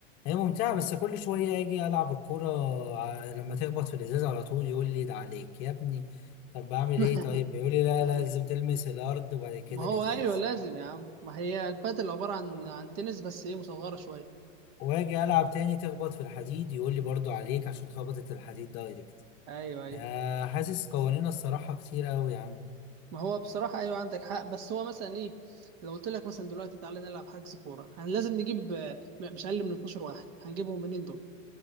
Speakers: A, on the left; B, on the right.
A: هي ممتعة بس كل شوية اجي العب الكورة ع- لما تخبط في الازاز على طول يقول لي ده عليك يا ابني طب بعمل
B: <laughs>
A: ايه طيب يقول لي لا
B: ايوه
A: لا لازم تلمس الارض وبعد كده
B: ما هو
A: الازاز
B: ايوه لازم يا عم ما هي البادل عبارة عن عن تنس بس ايه مصغرة شوية
A: واجي العب تاني تخبط في الحديد يقول لي برضو عليك عشان خبطت الحديد دايركت
B: ايوه ايوه
A: آه، حاسس قوانين الصراحة كتير قوي يا عم
B: ما هو بصراحة ايوه عندك حق بس هو مثلا ايه لو قلت لك مثلا دلوقتي تعالى نلعب حجز كورة هن لازم نجيب آه، م- مش اقل من 12 واحد هنجيبهم منين دول